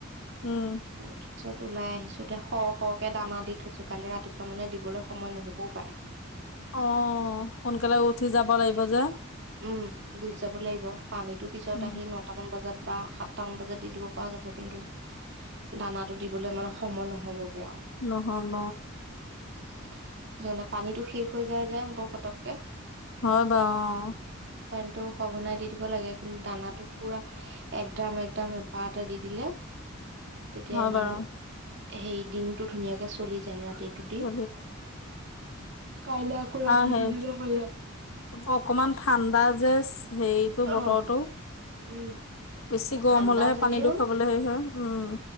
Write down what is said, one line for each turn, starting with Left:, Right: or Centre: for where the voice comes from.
Left: উম।
Right: অ। ছত ওলাই আহিছো এতিয়া শ শকে দানা দি থৈছো কালি ৰাতিপুৱা মানে দিবলে সময় নহবও পায়।
Left: অ সোনকালে উঠি যাব লাগিব যে।
Right: উম গুচি যাব লাগিব পানীতো পিছত
Left: উম
Right: আহি নটাত কম বাজত বা সাতটামান বজাত দি দিব পৰা যাব কিন্তু। দানাটো দিবলৈ মানে সময় নহবগে আও।
Left: নহ'ব।
Right: সেইটো কাৰণে পানীতটো শেষ হৈ যায় যে বৰ পতককে।
Left: হয় বাও অ।
Right: পানীটো সঘনাই দি দিব লাগে কিন্তু দানাটো পুৰা। একদাম একদাম এবাৰটা দি দিলে। তেতিয়া
Left: অ হয়
Right: ইমান
Left: বাৰু
Right: সেই দিনটো ধুনীয়াকে চলি যায় ৰাতিত।
Left: অ
Right: কাইলৈ আকৌ ৰাতি
Left: আৰু সেই
Right: দি দিলে হৈলা।
Left: অকমান ঠাণ্ডা যে হেৰিটো
Right: অ',
Left: বতৰটো
Right: উম,
Left: বেছি গৰম
Right: ঠাণ্ডা
Left: হলেহে
Right: যদিও
Left: পানীটো খাবলৈ সেই হয়, উম।